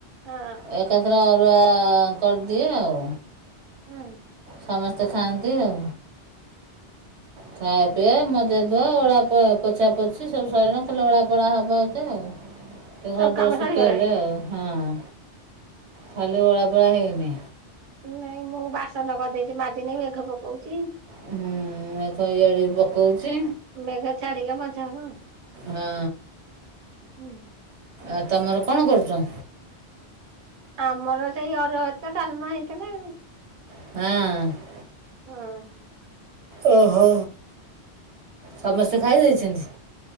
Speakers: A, on the right; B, on the right.
A: ହଁ
B: ଏକାଥରେ ଅରୁଆ କରିଦିଏ ଆଉ
A: ହୁଁ
B: ସମସ୍ତେ ଖାଆନ୍ତି ଆଉ ଖାୟାପିଆ ମଜାଧୁଆ ଓଳାପ ପୋଛାପୋଛି ସବୁ ସରିଣ ଖାଲି ଓଳାପଳା ହବ ଆକା <inaudible> ଟିକେ ଘରଦଳେ
A: ସବୁ କାମ
B: ଶୁଖିଗଲେ
A: ସରିଗଲାଣି?
B: ଆଉ ହଁ ଖାଲି ଓଳାପଳା ହେଇନି।
A: ନାଇଁ ମୁଁ ବାସନ ଗଦେଇଚି ମାଜିନି ମେଘ ପକଉଛି।
B: ହୁଁ, ମେଘ ଇଆଡ଼େ ବି ପକଉଚି।
A: ମେଘ ଛାଡିଲେ ମଜା ହବ ଆଉ।
B: ହଁ
A: ହୁଁ
B: ଏ ତମର କଣ କରୁଚ?
A: ଆମର ସେଇ ଅରୁଆଭାତ ଡାଲମା ହେଇଥିଲା ଆଉ।
B: ହଁ।
A: ହଁ।
B: ଓହୋ ସମସ୍ତେ ଖାଇ ଦେଇଛନ୍ତି।